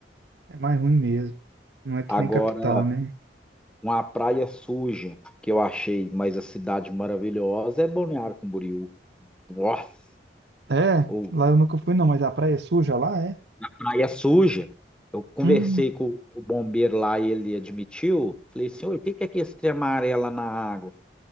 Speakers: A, on the right; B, in the centre.
A: é mais ruim mesmo. Não é que
B: Agora,
A: nem capital, né?
B: uma praia suja que eu achei, mas a cidade maravilhosa é Balneário Camboriú. Nossa!
A: É,
B: ou
A: lá eu nunca fui, não, mas a praia é suja lá, é?
B: praia suja. Eu conversei
A: Hum,
B: com, com o bombeiro lá e ele admitiu. Falei, senhor, o que que é que esse trem amarelo na água?